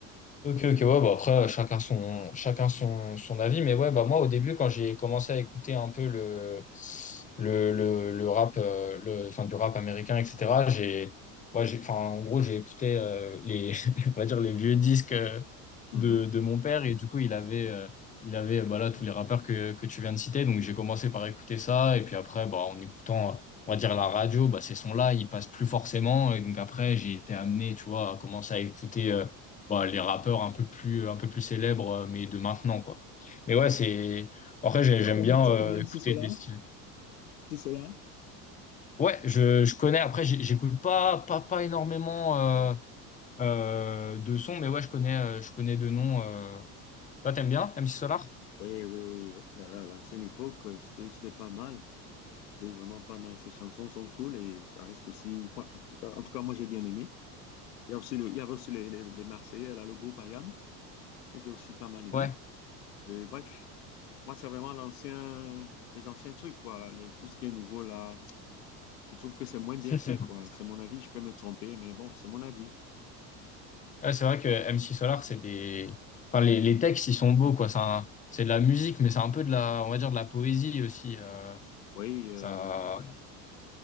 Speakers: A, on the left; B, on the left.
A: Ok, ok, ouais, bah après, euh, chacun son, chacun son, son avis, mais ouais, bah moi, au début, quand j'ai commencé à écouter un peu le, le, le, le rap, euh, le, enfin, du rap américain, etc., j'ai, ouais, j'ai, enfin, en gros, j'ai écouté euh, les, <laughs> on va dire, les vieux disques euh,
B: Mhm.
A: de, de mon père, et du coup, il avait, euh, il avait, bah là, tous les rappeurs que, que tu viens de citer, donc j'ai commencé par écouter ça, et puis après, bah, en écoutant, euh, on va dire, la radio, bah, ces sons-là, ils passent plus forcément, et donc après, j'ai été amené, tu vois, à commencer à écouter. euh, bah, les rappeurs un peu plus, un peu plus célèbres, euh, mais de maintenant, quoi. Mais ouais, c'est. Après, j'ai-
B: Tu
A: j'aime
B: as connu,
A: bien
B: tu
A: euh,
B: as connu MC
A: écouter
B: Solar,
A: des styles.
B: là?
A: Ouais, je, je connais. Après, j'ai- j'écoute pas, pas, pas énormément euh, euh, de sons, mais ouais, je connais, euh, je connais de noms. Euh... Toi, t'aimes bien M C Solar?
B: Oui, oui, oui. Oh là là, L'ancienne époque, euh, c'était, c'était pas mal. C'était vraiment pas mal. Ces chansons sont cool et ça reste aussi. moi, en tout cas, en tout cas, moi, j'ai bien aimé. Il y a aussi le, il y avait aussi les, les- les Marseillais, là, le groupe ayam que j'ai aussi pas mal aimé.
A: Ouais.
B: Et bref, moi, c'est vraiment l'ancien, les anciens trucs, quoi. Les- tout ce qui est nouveau, là, je trouve que c'est moins bien
A: <laughs>
B: fait, quoi. C'est mon avis, je peux me tromper, mais bon, c'est mon avis.
A: Ouais, c'est vrai que M C Solar, c'est des. Enfin, les, les textes, ils sont beaux, quoi. C'est un- c'est de la musique, mais c'est un peu de la, on va dire, de la poésie aussi. euh,
B: Oui, euh,
A: ça,